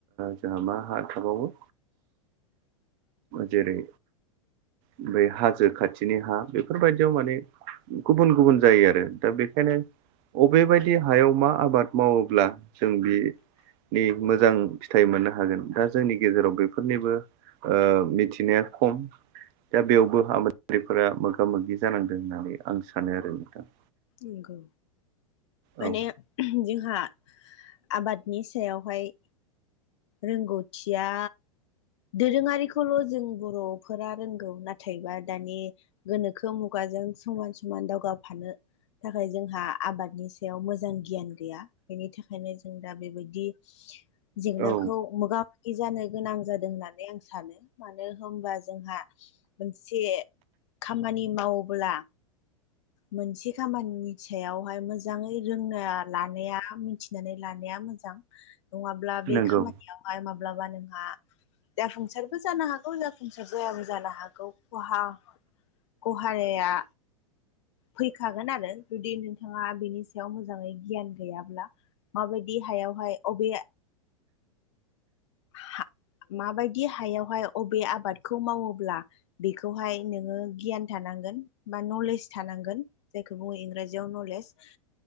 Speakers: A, on the right; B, on the left.
A: जोंहा मा हा थाबावो जेरै ओमफ्राय हाजो खाथिनि हा बेफोरबायदियाव माने गुबुन गुबुन जायो आरो दा बेखायनो अबेबायदि हायाव मा आबाद मावोब्ला जों बे नि मोजां फिथाइ मोननो हागोन दा जोंनि गेजेराव बेफोरनिबो मिथिनाया खम दा बेयावबो आबादारिफोरा मोगा मोगि जानांदों होननानै आं सानो आरो नोंथां
B: नोंगौ माने
A: औ
B: जोंहा आबादनि सायावहाय रोंगौथिया दोरोङारिखौल' जों बर'फोरा रोंगौ नाथायबा दानि गोनोखो मुगाजों समान समान दावगाफानो थाखाय जोंहा आबादनि सायाव मोजां गियान गैया बेनि थाखायनो जों दा बेबायदि जेंनाखौ
A: औ
B: मोगा मोगि जानो गोनां जादों होननानै आं सानो मानो होनबा जोंहा मोनसे खामानि मावोब्ला मोनसे खामानिनि सायावहाय मोजाङै रोंना लानाया मिथिनानै लानाया मोजां नङाब्ला बे
A: नंगौ
B: खामानियावहाय माब्लाबा नोंहा जाफुंसारबो जानो हागौ जाफुंसार जायाबो जानो हागौ खहा गहाराया फैखागोन आरो जुदि नोंथाङा बेनि सायाव मोजाङै गियान गैयाब्ला माबायदि हायावहाय अबे हा माबायदि हायावहाय अबे आबादखौ मावोब्ला बेखौहाय नोङो गियान थानांगोन बा नलेज थानांगोन जायखौ बुङो इंराजियाव नलेज